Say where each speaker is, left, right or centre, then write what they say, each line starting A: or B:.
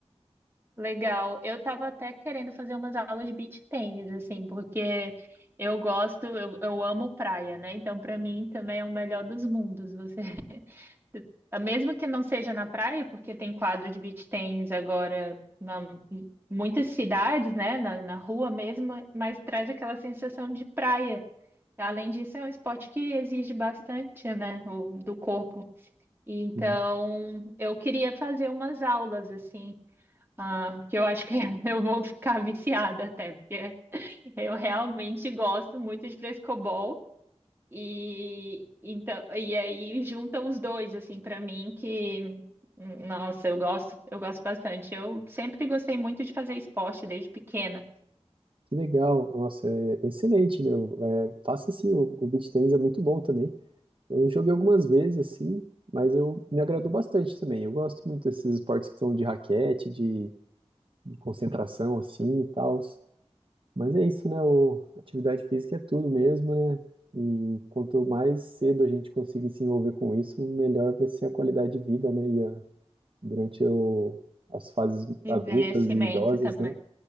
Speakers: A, on the right; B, on the right.
A: Legal. Eu tava até querendo fazer umas aulas de beach tênis, assim, porque eu gosto, eu, eu amo praia, né? Então, para mim, também é o melhor dos mundos. Você, <laughs> mesmo que não seja na praia, porque tem quadro de beach tênis agora na muitas cidades, né? Na, na rua mesmo, mas traz aquela sensação de praia. Além disso, é um esporte que exige bastante, né? O, do corpo. Então,
B: Uhum.
A: eu queria fazer umas aulas, assim. Ah, porque eu acho que <laughs> eu vou ficar viciada até, porque <laughs> eu realmente gosto muito de frescobol e então e aí juntam os dois assim para mim que nossa, eu gosto, eu gosto bastante. Eu sempre gostei muito de fazer esporte desde pequena.
B: Que legal. Nossa, é excelente, meu. É, faça assim, o, o beach tennis é muito bom também. Eu joguei algumas vezes, assim, mas eu me agradou bastante também. Eu gosto muito desses esportes que são de raquete, de de concentração assim e tal. Mas é isso, né? O, atividade física é tudo mesmo, né? E quanto mais cedo a gente conseguir se envolver com isso, melhor vai ser a qualidade de vida, né? E a, durante o, as fases
A: Envelhecimento
B: adultas e idosas,
A: também.
B: né?